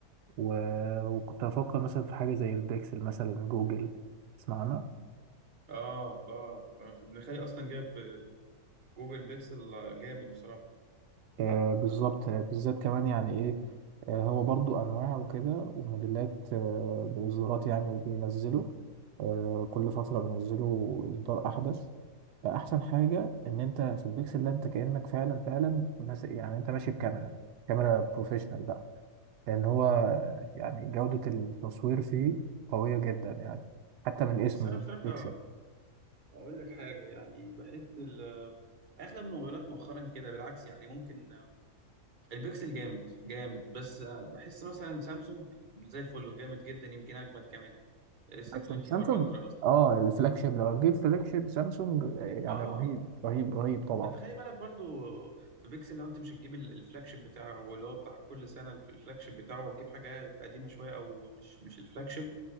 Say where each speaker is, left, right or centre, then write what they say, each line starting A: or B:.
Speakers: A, on the right; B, on the right.
A: و- وكنت افكر مثلا في حاجه زي البيكسل مثلا جوجل تسمع عنها
B: اه اه آه، في ابن خالي اصلا جاب جوجل بيكسل جامد بصراحه
A: آه بالظبط آه، بالذات كمان يعني ايه آه هو برضو انواع وكده وموديلات آه باصدارات يعني وبينزلوا آه كل فتره بينزلوا اصدار احدث فاحسن حاجه ان انت في البيكسل ده انت كانك فعلا فعلا مس- يعني انت ماشي بكاميرا كاميرا بروفيشنال بقى لان هو يعني جوده التصوير فيه قويه جدا يعني حتى من اسمه
B: بس انا بصراحه
A: بيكسل
B: اقول لك حاجه يعني بحس ال- اغلب الموبايلات مؤخرا كده بالعكس يعني ممكن البيكسل جامد جامد بس آه، بحس مثلا سامسونج زي الفل وجامد جدا يمكن اجمد كمان اس
A: بس
B: 24
A: سامسونج
B: الترا مثلا
A: اه الفلاج شيب لو هتجيب فلاج شيب سامسونج آه، يعني
B: اه
A: رهيب رهيب رهيب طبعا
B: ما انت خلي بالك برضو في بيكسل لو انت مش هتجيب ال- الفلاج شيب بتاعه واللي هو بتاع كل سنه الف- الفلاج شيب بتاعه هتجيب حاجه قديمه شويه او مش مش الفلاج شيب